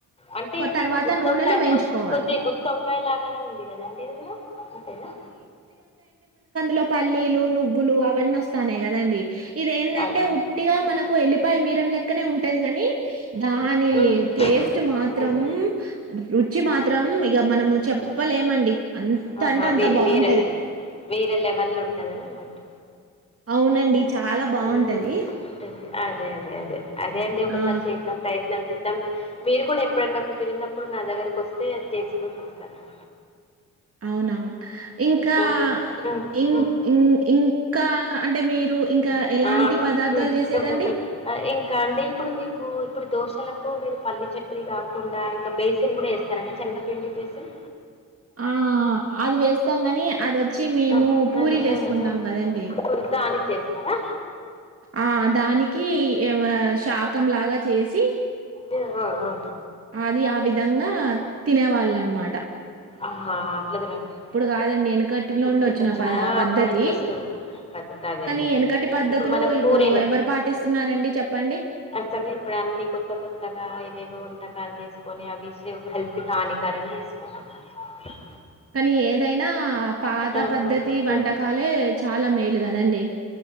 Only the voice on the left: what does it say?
అంటే
ఇది
ఇప్పుడు గుత్తొంకాయ
అనుకోచు
కొద్ది గుత్తొంకాయ లాగానే ఉంది కదండి, ఏదనా అంతేనా
ఆ, అదే
ఉమ్, ఉమ్,
ఉమ్,
ఆ,
ఉమ్.
ఆహా
వి
వీర వీర లె వల్ల ఉంటది గద <unintelligible>
ఉమ్ ఉంటది అదే అదే అదే అదే అండి ఒకసారి
చేద్దాం ప్రయత్నం చేస్తా మీరు కూడా ఎప్పుడైన్నా కుదిరినప్పుడు నా దగ్గరకి వస్తే అది చేసుకుని వస్తారండి
ఉమ్, ఉమ్,
ఉమ్.
ఆహ్
<unintelligible>
ఇంకా అండి ఇప్పుడు మీకు ఇప్పుడు దోసలకు ఎక్కువ మీరు పల్లీ చట్నీ కాకుండా ఇంకా బేసిన్ కూడా వేస్తారండి. శనగపిండి బేసిన్
ఆ!
ఆ!
ఆ! ఆ!
ఫుల్ దానికి చేస్తారా?
ఏ ఆ ఆ
ఆహా అట్లా తిరగకు
ప్పుడిది ఇప్పుడిది వచ్చినా
అప్పటి నుంచి వస్తుంర్రు, పద్దే తదే
అదే అదే
ఇప్పుడు మన
పూరీలకు
అప్పటినే, ఇప్పుడు అన్ని కొత్త కొత్తగా ఇవేవో వ్ ట్టకాలు చేసుకొని అవిష్యం హెల్త్ కి హానికరంవి చేసుకుంటున్నారు. ఆహ్
ఆహా!
ఆ!